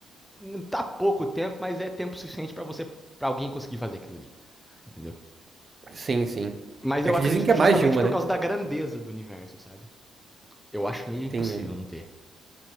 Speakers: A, in the centre; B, on the right.
A: um, tá pouco tempo, mas é tempo suficiente para você para alguém conseguir fazer aquilo ali, entendeu?
B: Sim, sim.
A: Mas
B: É
A: eu
B: que
A: acredito
B: dizem que é
A: justamente
B: mais de uma,
A: por
B: né?
A: causa da grandeza do universo, sabe? Eu acho meio impossível
B: Tem... é.
A: não ter.